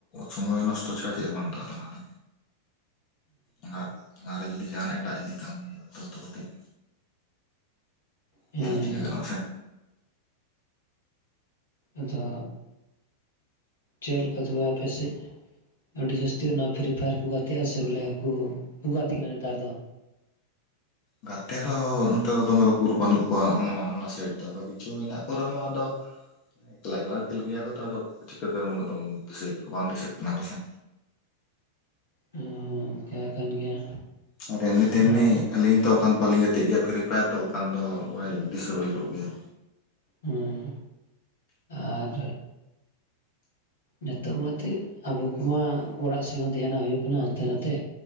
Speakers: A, on the left (about 50°); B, on the left (about 75°).
A: ᱥᱚᱢᱚᱭ ᱱᱚᱥᱴᱚ ᱪᱷᱟᱲᱟ ᱪᱮᱫ ᱵᱟᱝ ᱛᱚ ᱚᱱᱟ ᱫᱚ᱾ ᱚᱱᱟ ᱚᱱᱟᱨᱮ ᱡᱩᱫᱤ ᱡᱟᱦᱟᱸᱱᱟᱜ ᱮᱴᱟᱜ ᱡᱩᱫᱤ ᱠᱟᱹᱢᱤ ᱦᱩᱭᱩᱜ-ᱟ, ᱛᱟᱣᱛᱚ ᱠᱟᱹᱴᱤᱡ
B: ᱦᱮᱸ
A: ᱡᱟᱦᱟᱸᱜ ᱪᱤᱠᱟᱹ ᱜᱟᱱᱚᱜ ᱟᱥᱮ?
B: ᱟᱫᱚ ᱪᱮᱫ ᱞᱮᱠᱟ ᱛᱚᱵᱮ ᱟᱯᱮ ᱥᱮᱫ? ᱟᱹᱰᱤ ᱡᱟᱹᱥᱛᱤ ᱚᱱᱟ ᱯᱷᱤᱨᱤ ᱯᱷᱟᱭᱟᱨ ᱠᱚ ᱜᱟᱛᱮᱜ ᱟᱥᱮ ᱵᱚᱞᱮ ᱠᱩ ᱠᱩ ᱜᱟᱛᱮᱜ-ᱟ ᱱᱮᱛᱟᱨ ᱫᱚ᱾
A: ᱜᱟᱛᱮ ᱫᱚ ᱱᱚᱛᱮ ᱫᱚ ᱫᱚᱢᱮ ᱫᱚ ᱩᱠᱩᱨ ᱵᱟᱹᱱᱩᱜ ᱠᱚᱣᱟ᱾ ᱚᱱᱟ ᱚᱱᱟ ᱥᱟᱭᱤᱰ ᱫᱚ ᱟᱫᱚ ᱠᱤᱪᱷᱩ ᱦᱮᱸᱱᱟᱜ ᱠᱚ ᱨᱮᱦᱚᱸ ᱟᱫᱚ ᱮᱠᱞᱟ ᱮᱠᱞᱟ ᱠᱷᱮᱞ ᱜᱮᱭᱟ ᱠᱚ ᱛᱚ, ᱟᱫᱚ ᱪᱤᱠᱟᱹ ᱛᱮᱢ ᱩᱱᱟᱹᱜ ᱫᱚᱢ ᱫᱤᱥᱟᱹᱭᱮᱫ ᱠᱚ ᱵᱟᱝ ᱫᱤᱥᱟᱹᱜ ᱠᱟᱱᱟ ᱯᱟᱥᱮ।
B: ᱦᱩᱸ ᱦᱩᱸ ᱚᱱᱠᱟ ᱠᱟᱱ ᱜᱮᱭᱟ।
A: ᱟᱨ ᱮᱢᱱᱤ ᱛᱮᱢᱱᱤ
B: ᱟᱨ
A: ᱟᱹᱞᱤᱧ ᱫᱚ ᱠᱟᱱ ᱵᱟᱞᱤᱧ ᱜᱟᱛᱮᱜ ᱜᱮᱭᱟ, ᱯᱷᱨᱤ ᱯᱷᱟᱭᱟᱨ ᱫᱚ ᱠᱟᱱ ᱫᱚ ᱚᱭ ᱫᱤᱥᱟᱹ ᱦᱩᱭ ᱠᱚᱜ ᱜᱮᱭᱟ।
B: ᱦᱮᱸ ᱟᱨ ᱱᱤᱛᱚᱜ ᱢᱟᱛᱮᱜ ᱟᱵᱚ ᱠᱚᱢᱟ ᱚᱲᱟᱜ ᱥᱮᱫ ᱦᱚᱸ ᱫᱷᱮᱭᱟᱱᱟᱜ ᱦᱩᱭᱩᱜ ᱠᱟᱱᱟ ᱦᱟᱱᱛᱮ ᱱᱟᱛᱮ।